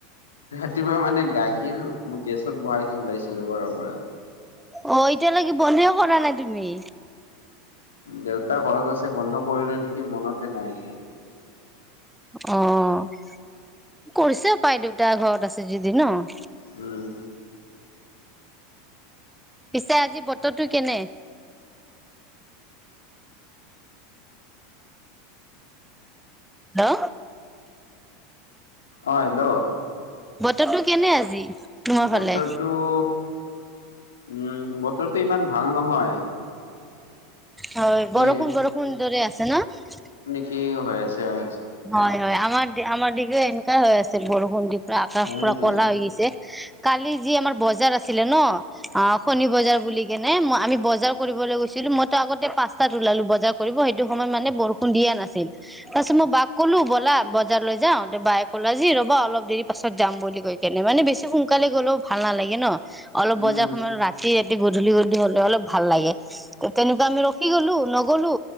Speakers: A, on the left (about 85°); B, in the centre.
A: ৰাতিপুৱা মানে গাখীৰ গেছত বহাই কিনে ওলাইছিলোঁ ঘৰৰ পৰা।
B: অ', এতিয়ালৈকে বন্ধেই কৰা নাই তুমি।
A: দেউত ঘৰত আছে বন্ধ কৰিলে নেকি মনতে নাই।
B: অ', কৰিছেও পাই, দেউতা ঘৰত আছে যদি। ন'।
A: উম।
B: পিছে আজি বতৰটো কেনে। হা?
A: অ' হেল্ল'।
B: বতৰটো কেনে আজি? তোমাৰ ফালে
A: বতৰটো উম, বতৰটো ইমান ভাল নহয়।
B: হয়
A: কি
B: বৰষুণ, বৰষুণ দৰে আছে ন'।
A: কি হৈ আছে অ'।
B: হয়, হয়, আমাৰ, আমাৰ দিগেও এনেকায়ে হৈ আছে বৰষুণ দি। আকাশ
A: হয়
B: পুৰা
A: নেকি
B: ক'লা হৈ গৈছে, কালি যি আমাৰ বজাৰ আছিলে ন'। অ', শনি বজাৰ বুলি সেই কেনে, মই আমি বজাৰ কৰিবলৈ গৈছিলোঁ, মইটো আগতে পাঁচটাত ওলালো বজাৰ কৰিব, সেইটো সময়ত মানে বৰষু দিয়া নাছিল, তাৰপিছত মই বাাক ক'লো ব'লা, বজাৰলৈ যাওঁ, বাইয়ে ক'লে যি ৰবা অলপ দেৰি পাছত যাম বুলি কৈ কেনে মানে বেছি সোনকালে গ'লেও ভাল নালাগে ন', অলপ বজাৰ
A: উম
B: সময়ত ৰা <unintelligible> গধূ-গধূলি হ'লে অলপ ভাল লাগে। তেনেকুৱা আমি ৰখি গ'লো, নগলো।